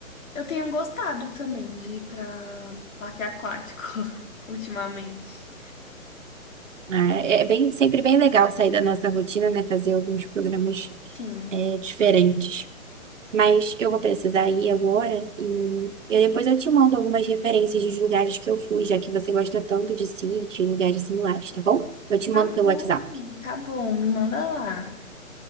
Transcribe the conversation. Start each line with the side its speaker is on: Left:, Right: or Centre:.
Left: eu tenho gostado também de ir pra parque aquático <laughs> ultimamente.
Right: ah, é bem, sempre bem legal sair da nossa rotina, né? Fazer alguns programas
Left: Sim.
Right: eh, diferentes. Mas eu vou precisar ir agora e, e depois eu te mando algumas referências dos lugares que eu fui, já que você gosta tanto de sítio e lugares similares, tá bom? Eu te
Left: Tá
Right: mando pelo
Left: bom,
Right: WhatsApp.
Left: tá bom. Me manda lá.